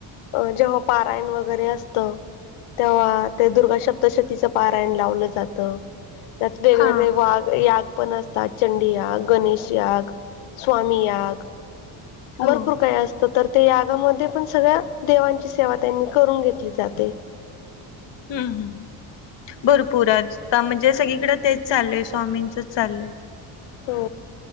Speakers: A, on the left; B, on the left.
A: अ जेव्हा पारायण वगैरे असतं. तेव्हा ते दुर्गा सप्तशतीचं पारायण लावलं जात, त्यात वेगवेगळे
B: हा
A: वार. याग पण असतात, चंडी याग, गणेश याग, स्वामी याग. भरपूर
B: हो
A: काही असत तर ते, यागामध्ये पण सगळ्या देवांची सेवा त्यांनी करून घेतली जाते.
B: हम्म हम्. भरपूर चं आता म्हणजे, सगळीकडें तेच चालूय स्वामींचच चाललंय.
A: हो.